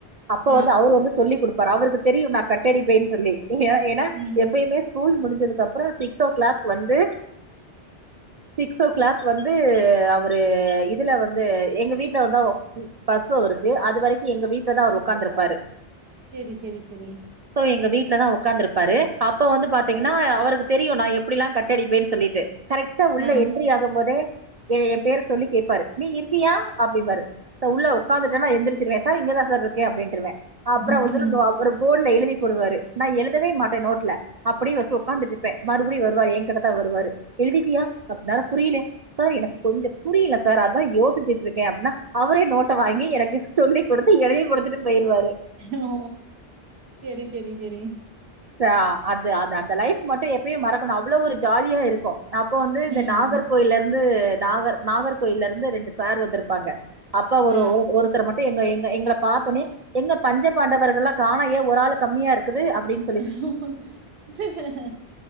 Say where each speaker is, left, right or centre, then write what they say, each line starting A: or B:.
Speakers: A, on the right; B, on the right.
A: அப்ப
B: ஆ.
A: வந்து அவரு வந்து சொல்லி் கொடுப்பாரு அவருக்கு தெரியு நா கட்டடிப்பேன்னு சொல்லி ஏன்னா
B: ம்.
A: எப்பயுமே ஸ்கூல் முடிஞ்சதுக்கு அப்பற சிக்ஸ் ஓ கிளாக் வந்து சிக்ஸ் ஓ கிளாக் வந்து அவரு இதுல வந்து எங்க வீட்ல வந்து ஓ பஸ்ஸு அவருக்கு அது வரைக்கும் எங்க வீட்டுலதா அவர் உட்கார்ந்துருப்பாரு
B: சேரி சேரி சேரி
A: சோ எங்க வீட்டுலதா உட்காந்துருப்பாரு அப்ப வந்து பாத்தீங்கன்னா அவருக்கு தெரியும் நா எப்படிலா கட்டடிப்பேன்னு சொல்லிட்டு கரெக்டா உள்ள
B: ஆ.
A: என்ட்ரி ஆகும் போதே எய பேர சொல்லி கேட்பாரு நீ இருக்கியா அப்டியிம்பாரு உள்ள உட்காந்துட்டா நா எந்திரச்சிருவ சார் இங்கதா இருக்க அப்டின்ருவ
B: ம்.
A: அப்பற வந்து அப்பற போர்ட்ல எழுதி போடுவாரு நா எழுதவே மாட்ட நோட்ல. அப்டியே ஃபஸ்ட் உட்காந்துட்டு இருப்ப மறுபடியு வருவாரு எய கிட்டத்தா வருவாரு எழுதிட்டியா அப்டின்னா புரில சார் எனக்கு கொஞ்ச புரியல சார் அதா யோசிச்சுட்டு இருக்க அப்டின்னா அவரே நோட்ட வாங்கி எனக்கு சொல்லி் கொடுத் எழுதி கொடுத்துட்டு போயிருவாரு
B: ஓ சேரி சேரி சேரி
A: அதா அது அது அந்த லைஃப் மட்டு எப்பயு மறக்குணு அவ்ளோ ஒரு ஜாலியா இருக்கு அப்ப வந்து இந்த
B: ம்.
A: நாகர் கோயில இருந்து நாகர் நாகர் கோயில இருந்து ரெண்டு சார் வந்திருப்பாங்க அப்ப
B: ஆ.
A: ஒரு ஒருத்தர் மட் டு எங்க எங்க எங்கள பாத்தோன்னே எங்க பஞ்ச பாண்டவர்கள்ளா காணயே ஒரு ஆளு கம்மியா இருக்குது அப்டின்னு சொ
B: ம்